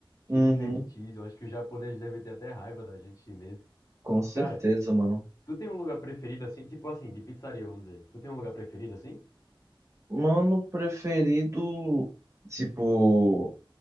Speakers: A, on the left; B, on the right.
A: cheio
B: Uhum,
A: de cream cheese. Eu acho que os japoneses devem ter até raiva da gente chinesa.
B: com certeza,
A: Cara,
B: mano.
A: tu tem um lugar preferido assim, tipo assim, de pizzaria, vamos dizer. Tu tem um lugar preferido assim?
B: Mano preferido, tipo,